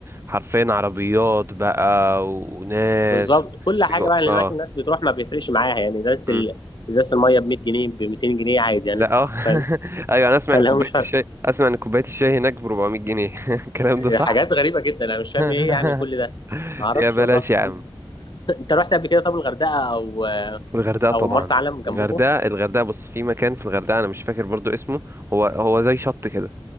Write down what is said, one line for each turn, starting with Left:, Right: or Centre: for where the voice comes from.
Right: حرفيا عربيات بقى و- وناس
Left: بالظبط
Right: و...
Left: كل حاجة
Right: بيبقوا-
Left: بقى اللي
Right: اه
Left: هناك الناس بتروح ما بيفرقش معاها يعني ازازة
Right: مم.
Left: ال... ازازة المية ب 100 جنيه ب 200 جنيه عادي يعني
Right: لا
Left: ادفع
Right: اه
Left: فاهم
Right: <laughs> ايوه انا اسمع
Left: فاللي
Right: ان كوبايه
Left: هو مش فارق
Right: الشاي اسمع ان كوبايه الشاي هناك ب 400 جنيه <laughs> الكلام ده صح
Left: حاجات غريبة جدا انا مش فاهم
Right: <laughs>
Left: ايه يعني كل ده ما اعرفش
Right: يا بلاش
Left: والله
Right: يا عم
Left: انت <laughs> انت رحت قبل كده طب الغردقة او
Right: الغردقة طبعا
Left: او مرسى علم جنبكم
Right: الغردقة الغردقة بص في مكان في الغردقة أنا مش فاكر برضو اسمه هو هو زي شط كده